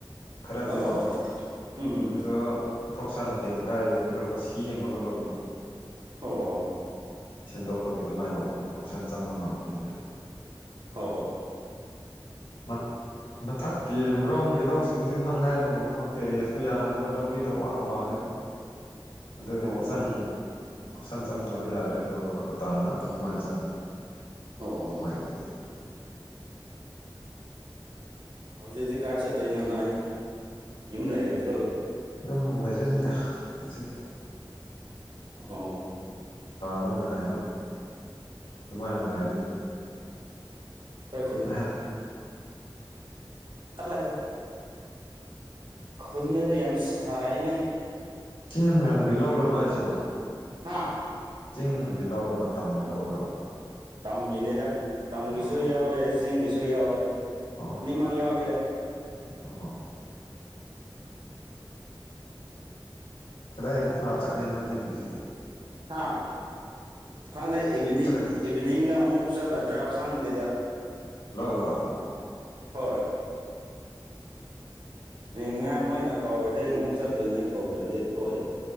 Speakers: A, on the left; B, on the right.
A: ꯈꯔꯗꯤꯀꯣ
B: ꯑꯣ ꯎꯝ
A: ꯑꯗꯨꯗ ꯐꯧꯁꯥꯅ ꯇꯦꯝ ꯃꯈꯈꯥꯏꯒ ꯁꯤ ꯑꯃꯒ ꯂꯧꯗꯣ
B: ꯑꯣ ꯑꯣ <unintelligible> <inaudible>
A: ꯁꯦꯝꯗꯣꯛꯄꯒꯤ ꯑꯗꯨꯃꯥꯏꯅ ꯇꯧꯕꯅꯤꯅ ꯐꯪꯁꯟ ꯆꯪꯕ ꯉꯝꯕꯅꯤꯅ
B: ꯍ <unintelligible> <inaudible>
A: ꯃꯥ <inaudible> ꯃꯊꯛꯀꯤ ꯃ꯭ꯔꯣꯝꯒꯤ ꯂꯧꯁꯤꯡꯗꯨ ꯅꯪ ꯍꯥꯏꯥꯏꯕꯒꯨꯝꯅꯀꯣ ꯇꯦꯔꯦꯁꯄꯨ ꯌꯥꯉꯕ ꯂꯧꯔꯤꯗ ꯋꯥꯡ ꯋꯥꯡꯉꯤꯕ ꯑꯗꯨꯗꯤ
B: ꯑꯣ
A: ꯄꯨꯁꯟ ꯄꯨꯁꯟ ꯆꯪꯕ ꯌꯥꯗ꯭ꯔꯦ ꯑꯇꯣꯞ ꯑꯀꯣꯄ ꯇꯥꯅ ꯉꯥꯛꯇ ꯑꯗꯨꯃꯥꯏꯅ ꯆꯪꯉ
B: ꯑꯣ
A: ꯅꯨꯡꯥꯏꯒꯤꯗꯤ
B: ꯍꯧꯗꯗꯤ ꯀꯥꯁꯠꯇ ꯏꯅꯣꯅ ꯏꯝ ꯂꯩꯗ꯭ꯔꯣ
A: ꯎꯝ ꯂꯣꯏꯈ꯭ꯔꯅꯦꯗꯁꯤꯗ
B: ꯑꯣ
A: ꯏꯉꯕ <inaudible> ꯑꯗꯨ ꯃꯥꯥꯏꯅ ꯉꯗ
B: ꯑꯩꯈꯣꯏ
A: ꯑ
B: ꯑꯂꯦ ꯈꯨꯜꯗ ꯌꯥꯝ ꯁꯥꯏꯅꯦ
A: ꯆꯤꯡꯃꯨꯛ ꯂꯧꯔꯅꯅꯨꯡ ꯍꯥꯏꯁꯤꯕꯣ
B: ꯍꯥꯥ <inaudible>
A: ꯆꯤꯡꯒꯤ ꯂꯧꯔꯕ ꯇꯝꯒꯤ ꯂꯧꯔꯕ
B: ꯇꯝꯒꯤꯅꯤꯗ ꯇꯝꯒꯤꯁꯨ
A: ꯑꯣ
B: ꯌꯥꯎꯋꯦ ꯆꯤꯡꯒꯤꯁꯨ ꯌꯥꯎꯋꯦ
A: ꯑꯣ
B: ꯅꯤꯡꯃ ꯌꯥꯎꯗ
A: ꯑꯣ ꯀꯗꯥꯏ ꯑꯩ ꯆꯠꯀꯅꯤ ꯅꯣ ꯌꯦꯡꯁꯤ
B: ꯍꯥ ꯈꯪꯗꯦ ꯏꯚꯤꯅꯤꯡ
A: ꯆꯠꯀꯅꯤ
B: ꯏꯚꯤꯅꯤꯡꯗ ꯑꯃꯨꯛ ꯆꯠꯀꯗ꯭ꯔꯥ ꯈꯪꯗꯦꯗ
A: ꯂꯧ ꯂꯑꯣ ꯃ
B: ꯍꯣꯏ ꯌꯦꯡꯅꯤꯡꯉꯥꯏ ꯃꯣꯏꯅ ꯀꯧꯔꯗꯤ ꯑꯃꯨꯛ ꯆꯠꯇꯣꯏꯅꯦ ꯀꯧꯗ꯭ꯔꯗꯤ ꯊꯣꯛꯏꯦ